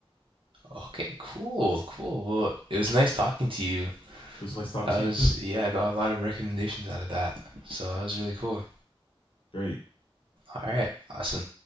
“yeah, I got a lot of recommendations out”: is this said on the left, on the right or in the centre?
Right